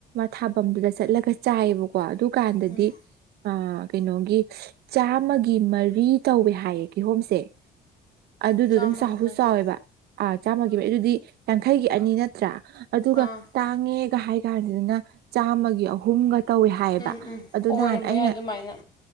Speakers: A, on the right; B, on the left.
A: ꯊꯥꯐꯝꯗꯨꯗ ꯆꯠꯂꯒ ꯆꯥꯏꯌꯦꯕꯀꯣ ꯀꯣ ꯑꯗꯨꯀꯥꯟꯗꯗꯤ
B: ꯎꯝ
A: ꯑ ꯀꯩꯅꯣꯒꯤ ꯆꯥꯝꯃꯒꯤ ꯃꯔꯤ ꯇꯧꯋꯦ ꯍꯥꯏꯌꯦ ꯀꯤꯍꯣꯝꯁꯦ ꯑꯗꯨꯗꯣ
B: ꯆꯥꯝꯃꯒꯤ
A: ꯑꯗꯨꯝ ꯆꯥꯎꯥꯛꯍꯨ
B: ꯃꯔꯤ
A: ꯆꯥꯎꯋꯦꯕ ꯑꯥ ꯆꯥꯝꯃꯒꯤ ꯃꯤ ꯑꯗꯨꯗꯤ ꯌꯥꯡꯈꯩꯒꯤ ꯑꯅꯤ ꯅꯠꯇ꯭ꯔꯥ ꯑꯗꯨꯒ
B: ꯑꯥ
A: ꯇꯥꯡꯉꯦꯒ ꯍꯥꯏ ꯀꯥꯟꯁꯤꯗꯅ ꯆꯥꯝꯃꯒꯤ ꯑꯍꯨꯝꯒ ꯇꯧꯏꯦ ꯍꯥꯏꯌꯦꯕ
B: ꯎꯝ ꯎꯝ
A: ꯑꯗꯨ
B: ꯑꯣꯏꯔꯝꯕ
A: ꯅꯍꯥꯟ ꯑꯩꯅ
B: ꯌꯥꯏ ꯑꯗꯨꯃꯥꯏꯅ